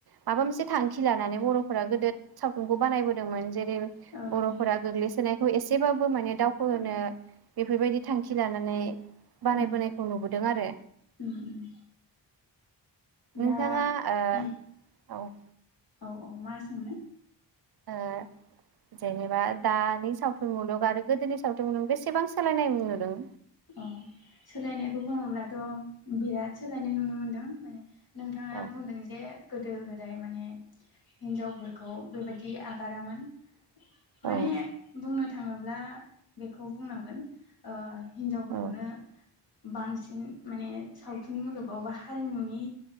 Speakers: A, on the right; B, on the left.
A: माबा मोस <unintelligible> थांखि लानानै बर'फोरा गोदो सावथुनखौ बानायबोदोंमोन जे <unintelligible>
B: औ
A: बर'फोरा
B: औ
A: गोग्लैसोनायखौ एस जेबाबो माने दावखोहोनो
B: औ
A: बेफोरबायदि थांखि लानानै बानायबोनायखौ
B: उम
A: नुबोदों आरो
B: उम उम
A: नोंथाङा
B: दा उम
A: ओ औ
B: औ औ मा सोंनो
A: ओ जेनेबा दानि सावथुन मुलुग आरो गोदोनि सावथुनदों बेसेबां सोलायनाय नुदों
B: अ सोलायनायखौ बुङोब्लाथ' बिराद सोलायनाय नुनो मोनदों माने नोंथाङा
A: औ
B: बुंदों जे गोदो गोदाय माने हिनजावफोरखौ बेबायाददि आगारामोन माने
A: औ
B: बुंनो थाङोब्ला बेखौ बुंनांगोन ओ हिनजावफोरखौनो
A: औ
B: बांसिन माने सावथुन मुलुगाव बा हारिमुनि